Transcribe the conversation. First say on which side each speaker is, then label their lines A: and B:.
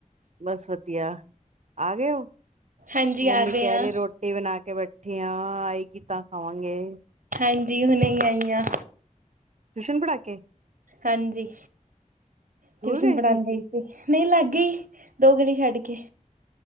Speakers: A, on the right; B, on the right.
A: ਬਸ ਵਧੀਆ ਆ ਗਏ ਔ
B: ਹਾਂਜੀ
A: ਮੰਮੀ
B: ਆ ਗਏ
A: ਕੇ
B: ਆ
A: ਰੀ ਰੋਟੀ ਬਨਾ ਕੇ ਬੈਠ ਆ ਆਏ ਗੀ ਤਾ ਸਵਾਂਗੇ।
B: ਹਾਂਜੀ ਹੁਨੇ ਈ ਆਈ ਆ।
A: ਟਿਊਸ਼ਨ ਪੜ੍ਹਾ ਕੇ
B: ਹਾਂਜੀ ਟਿਯੂਸ਼ਨ
A: ਦੂਰ ਗਏ
B: ਪੜਨ ਗਈ ਸੀ ਨਈ ਲੱਗ ਗਈ। ਦੋ ਗਲੀ ਛੱਡ ਕੇ।